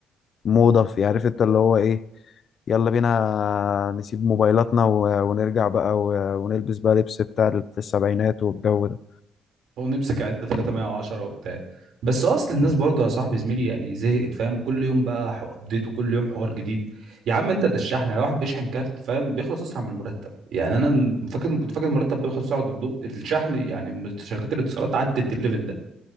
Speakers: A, on the left; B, on the right.
A: موضه في عارف انت اللي هو ايه يلا بينا نسيب موبايلاتنا و... ونرجع بقى و... ونلبس بقى لبس بتاع ال- السبعينات والجو ده
B: هو نمسك عدة 310 وبتاع بس اصل الناس برضه يا صاحبي زميلي يعني زهقت فاهم كل يوم بقى ابديت وكل يوم حوار جديد يا عم انت ده الشحن لو واحد بيشحن كارت فاهم بيخلص اسرع من المرتب يعني انا فاكر كنت فاكر المرتب بيخلص بسرعه الضوء الشحن يعني شركات الاتصالات عدت الليفل ده